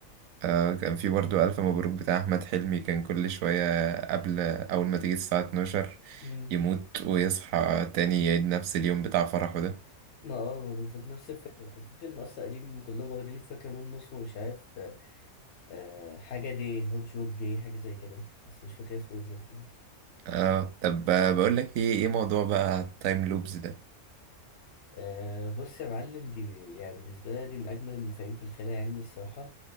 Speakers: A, on the right (about 70°); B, on the left (about 60°).
A: آه كان في برضه ألف مبروك بتاع أحمد حلمي كان كل شوية قبل أول ما تيجي الساعة 12
B: امم
A: يموت ويصحى تاني يعيد نفس اليوم بتاع فرحه ده
B: ما اه ما بالظبط نفس الفكره كان في فيلم اصلا قديم كلهم واخدين الفكره منه اسمه مش عارف آه حاجه دي هوت جوك دي حاجه زي كده بس مش فاكر اسمه بالظبط يعني
A: اه طب آه، بقول لك ايه ايه موضوع بقى التايم لوبز ده؟
B: آه بص يا معلم دي يعني بالنسبه لي دي من اجمل المفاهيم في الخيال العلمي الصراحه